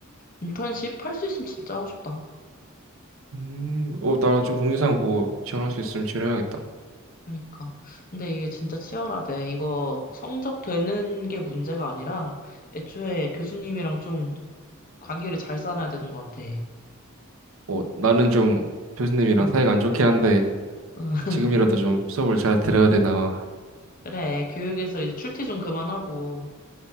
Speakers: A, on the left; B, on the right.
A: 인턴십 할 수 있으면 진짜 하고 싶다.
B: 음, 어, 나 좀 공지사항 보고 지원할 수 있으면 지원해야겠다.
A: 그니까. 근데 이게 진짜 치열하대. 이거 성적 되는 게 문제가 아니라, 애초에 교수님이랑 좀 관계를 잘 쌓아야 되는 것 같아.
B: 어, 나는 좀 교수님이랑
A: 응.
B: 사이가 안 좋긴 한데,
A: 응.
B: 지금이라도
A: <laughs>
B: 좀 수업을 잘 들어야 되나.
A: 그래, 교육에서 이제 출퇴 좀 그만하고.